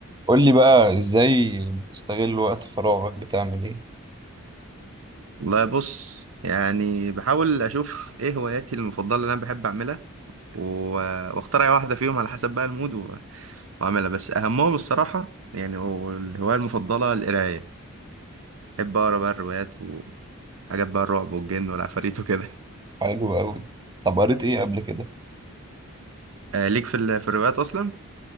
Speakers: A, on the right (about 20°); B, on the right (about 75°).
A: قول لي بقى ازاي بتستغل وقت فراغك بتعمل ايه
B: والله بص يعني بحاول اشوف ايه هواياتي المفضله اللي انا بحب اعملها و... واختار اي واحده فيهم على حسب بقى المود و... واعملها بس اهمهم الصراحه يعني والهوايه المفضله القرايه بحب اقرا بقى الروايات وحاجات بقى الرعب والجن والعفاريت وكده
A: حلو قوي طب قريت ايه قبل كده
B: <laughs> آه ليك في ال... في الروايات اصلا